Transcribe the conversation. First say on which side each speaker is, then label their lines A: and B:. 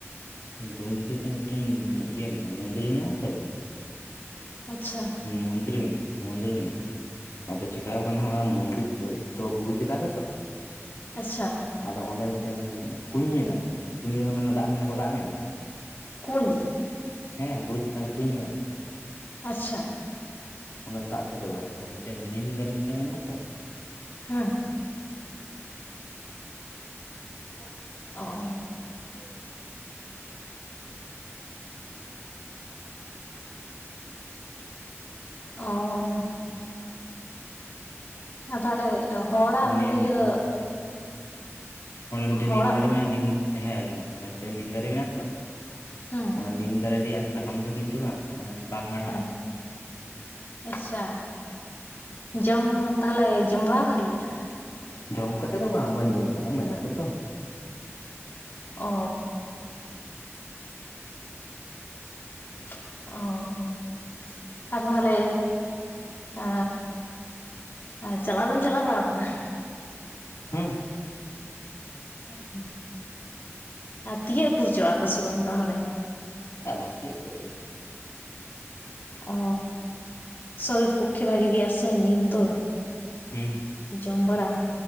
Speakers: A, on the left; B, on the left.
A: ᱰᱩᱝᱨᱤ ᱨᱮᱫᱚ ᱢᱤᱫᱴᱮᱱ ᱤᱭᱟᱹ ᱢᱮᱱᱟᱜᱼᱟ ᱢᱚᱱᱫᱤᱨ ᱢᱮᱱᱟᱜᱼᱟ ᱛᱚ
B: ᱟᱪᱪᱷᱟ
A: ᱢᱚᱱᱫᱤᱨ ᱢᱮᱱᱟᱜᱼᱟ᱾ ᱢᱚᱱᱫᱤᱨ ᱢᱮᱱᱟᱜᱼᱟ, ᱟᱫᱚ ᱪᱮᱠᱟᱣ ᱠᱟᱱᱟ ᱦᱟᱸᱜ ᱚᱱᱟ ᱢᱚᱱᱫᱤᱨ ᱫᱚ ᱵᱩᱨᱩ ᱪᱮᱛᱟᱱ ᱨᱮᱛᱚ᱾
B: ᱟᱪᱪᱷᱟ᱾
A: ᱟᱫᱚ ᱚᱸᱰᱮ ᱢᱤᱫᱴᱮᱱ ᱠᱩᱧ ᱢᱮᱱᱟᱜ-ᱟ ᱠᱩᱸᱧ ᱨᱮᱦᱚᱸ ᱢᱮᱱᱟ ᱫᱟᱜ ᱢᱮ ᱠᱚ ᱫᱟᱜ ᱢᱮᱱᱟᱜ-ᱟ
B: ᱠᱩᱧ
A: ᱦᱮᱸ ᱵᱩᱨᱩ ᱪᱮᱛᱟᱱ ᱨᱮ ᱠᱩᱸᱧ ᱢᱮᱱᱟᱜ-ᱟ ᱢᱤᱫᱴᱮᱱ
B: ᱟᱪᱪᱷᱟ
A: ᱚᱱᱟ ᱫᱟᱜ ᱛᱩ ᱫᱩᱲᱟ ᱟᱨ ᱢᱤᱫᱴᱮᱱ ᱱᱤᱢ ᱫᱟᱨᱮ ᱢᱤᱫᱴᱮᱱ ᱢᱮᱱᱟᱜ-ᱟ ᱛᱚ
B: ᱦᱮᱸ
A: ᱵᱷᱚᱵ
B: ᱦᱚ-ᱚᱻ
A: ᱦᱮᱸ
B: ᱚᱻ ᱟᱨ ᱛᱟᱦᱚᱞᱮ ᱤᱭᱟᱹ ᱦᱚᱲᱟᱜ ᱢᱚ
A: ᱱᱤᱢ
B: ᱤᱭᱟᱹ
A: ᱚᱱᱟ ᱢᱤᱫᱴᱮᱱ
B: ᱦᱚᱲᱟᱜ
A: ᱱᱤᱢ ᱫᱟᱨᱮ ᱢᱮᱱᱟᱜᱼᱟ ᱱᱤᱢ ᱦᱮᱸ ᱟᱸᱡᱚᱢ ᱢᱮ ᱢᱤᱫᱴᱮᱱ ᱱᱤᱢ ᱫᱟᱨᱮ ᱢᱮᱱᱟᱜᱼᱟ ᱛᱚ,
B: ᱦᱮᱸ
A: ᱚᱱᱟ ᱱᱤᱢ ᱫᱟᱨᱮ ᱨᱮᱭᱟᱜ ᱥᱟᱠᱟᱢ ᱫᱚ ᱠᱤᱱᱛᱩ ᱵᱟᱝ ᱵᱟᱝ ᱦᱟᱲᱦᱟᱜ-ᱟ
B: ᱦᱮᱸ ᱟᱪᱪᱷᱟ ᱡᱚᱢ ᱛᱟᱦᱞᱮ ᱡᱚᱢ ᱵᱟᱲᱟ ᱠᱟᱜ ᱜᱮᱭᱟ
A: ᱡᱚᱢ ᱠᱟᱛᱮ ᱫᱚ ᱵᱟᱝ ᱟᱵᱟᱨ ᱧᱮᱞ ᱟᱠᱟᱫᱟ ᱢᱮᱱᱟᱠᱚ ᱛᱚ
B: ᱚᱻ <unintelligible> <unintelligible> ᱚᱻ ᱟᱨ ᱛᱟᱦᱚᱞᱮ ᱚᱻ.... ᱟᱨ ᱪᱟᱞᱟᱣ ᱫᱚᱧ ᱪᱟᱞᱟᱣ ᱵᱟᱲᱟ ᱠᱟᱱᱟ
A: ᱦᱩᱸ
B: <unintelligible> ᱟᱨ ᱛᱤᱭᱩᱜ ᱠᱩ ᱦᱚᱪᱚᱜ-ᱟ ᱠᱚ ᱥᱮ ᱵᱟᱝ ᱛᱟᱦᱚᱞᱮ
A: ᱪᱟ ᱵᱟᱝ ᱛᱤᱭᱟᱜ ᱦᱚᱪᱚ ᱟᱜ ᱜᱮᱭᱟ ᱠᱚ
B: ᱚ ᱥᱚᱨᱤᱨ ᱯᱚᱠᱷᱮ ᱵᱷᱟᱜᱮ ᱜᱮᱭᱟᱥᱮ ᱱᱤᱢ ᱫᱚ
A: ᱦᱮᱸ
B: ᱡᱚᱢ ᱵᱟᱲᱟᱜ